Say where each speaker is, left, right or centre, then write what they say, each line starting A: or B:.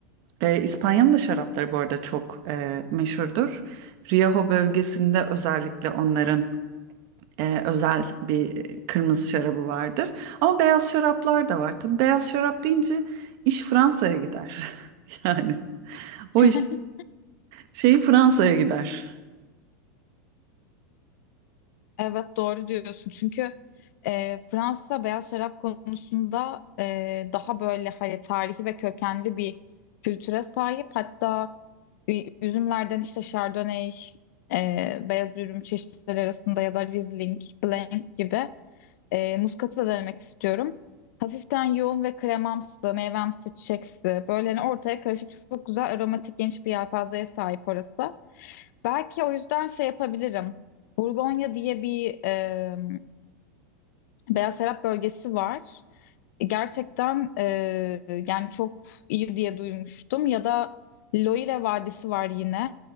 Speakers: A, on the right (about 55°); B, on the left (about 65°).
A: E, İspanya'nın da şarapları bu arada çok e, meşhurdur. Rioja bölgesinde özellikle onların e, özel bir e, kırmızı şarabı vardır. Ama beyaz şaraplar da var. Tabii beyaz şarap deyince iş Fransa'ya gider. <laughs> Yani o
B: <laughs>
A: iş şeyi Fransa'ya gider.
B: Evet doğru diyorsun çünkü e, Fransa beyaz şarap konusunda e, daha böyle hani tarihi ve kökenli bir kültüre sahip. Hatta ü- üzümlerden işte Chardonnay, e, beyaz ürün çeşitleri arasında ya da Riesling, Blanc gibi e, muskatı da denemek istiyorum. Hafiften yoğun ve kremamsı, meyvemsi, çiçeksi. Böyle hani ortaya karışık çok güzel aromatik geniş bir yelpazeye sahip orası. Belki o yüzden şey yapabilirim. Burgonya diye bir e, beyaz şarap bölgesi var. Gerçekten e, yani çok iyi diye duymuştum. Ya da Loire Vadisi var yine.